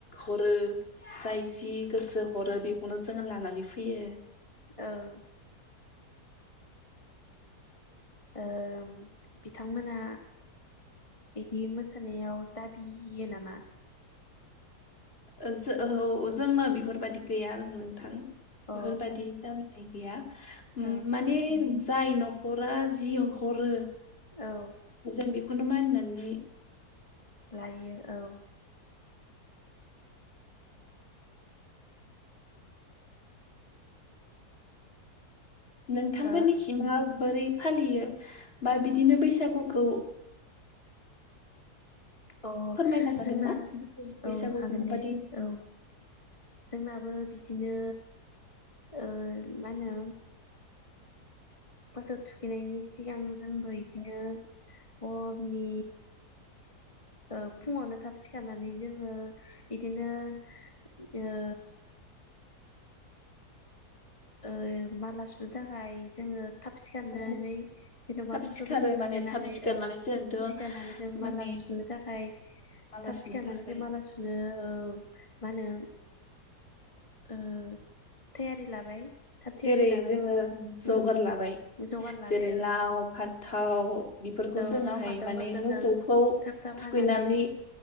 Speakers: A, on the left; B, on the left.
A: हरो जाय जि गोसो हरो बेखौनो जोङो लानानै फैयो।
B: औ। ओ बिथांमोना बिदि मोसानायाव दाबियो नामा?
A: ओ जोहौ जोंनो बेफोरबायदि गैया आरो नोंथां।
B: अ
A: बिफोरबादि दामि नाय गैया। उम
B: ओं
A: माने जाय नख'रा जि हरो
B: औ।
A: जों बेखौनो मानिनानै
B: लायो औ।
A: नोंथांमोननिखि
B: हो
A: मा? बोरै फालियो बा बिदिनो बैसागुखौ
B: अ
A: फोरमायनो हागोन
B: जोंना
A: ना बैसागुखौ
B: औ हागोन
A: माबादि
B: दे औ जोंनाबो बि बिदिनो ओ मा होनो मोसौ थुखैनायनि सिगां जोंबो इदिनो हरनि ओ फुङावनो थाब सिखारनानै जोङो इदिनो ओ ओ माला सुनो थाखाय जोङो थाब। सिखारनानै
A: औ
B: जेनबा
A: थाब
B: मोसौफोरखौ
A: सिखारो
B: थुखैनानै
A: माने थाब सिखारनानै
B: औ
A: जोंथ'
B: सिखारनानै जों
A: माने
B: माला सुनो थाखाय
A: माला
B: थाब
A: सुनो
B: सिखारनानै
A: थाखाय
B: जों माला सुनो औ मा होनो ओ थायारि लाबाय। थाब थियारि
A: जेरै
B: लाबाय
A: जोङो जगार
B: उम
A: लाबाय
B: जगार लाबाय
A: जेरै
B: ओं
A: लाव फान्थाव बिफोरखौ
B: औ
A: जोङोहाय
B: लाव फान्थावफोरखौ
A: माने मोसौखौ
B: जों थाब थाब
A: थुखैनानै
B: हानानै